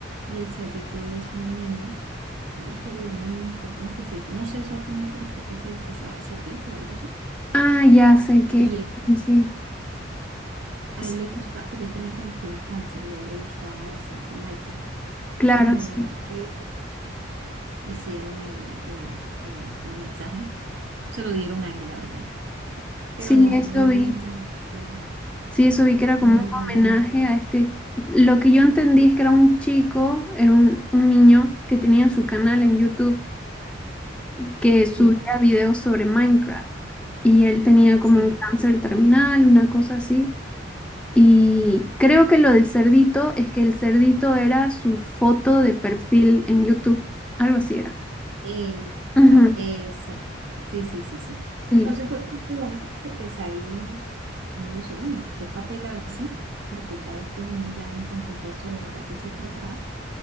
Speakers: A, on the right; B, in the centre.
A: y el cerdito es un niño, la historia de un niño que él como que se, no sé exactamente, pero creo que él se disfrazaba de cerdito o algo así.
B: Ah, ya sé que,
A: Y él-
B: sí, sí,
A: a
B: Sí,
A: él le gustaba, pero él tenía como que un cáncer y a él le gustaba bastante Minecraft.
B: claro,
A: Entonces, en honor
B: sí.
A: de él, hicieron el, el, el, el mensaje, se lo dieron a él, la verdad. Pero
B: Sí,
A: no,
B: eso
A: muy bonita,
B: vi.
A: muy,
B: Sí, eso vi que era
A: muy,
B: como un
A: muy,
B: homenaje a este. Lo que yo entendí es que era un chico, era un, un niño que tenía su canal en YouTube que subía
A: sí.
B: videos sobre Minecraft y él tenía como
A: Sí,
B: un cáncer terminal, una cosa así. Y creo que lo del cerdito es que el cerdito era su foto de perfil en YouTube, algo así era.
A: exact-
B: Ujú,
A: exactamente. Sí, sí, sí, sí.
B: Sí.
A: Entonces fue como único que pues ahí uno dice, bueno, ¿qué papel hace? Pero pues ya después uno ya entra en contexto de verdad que se trataba.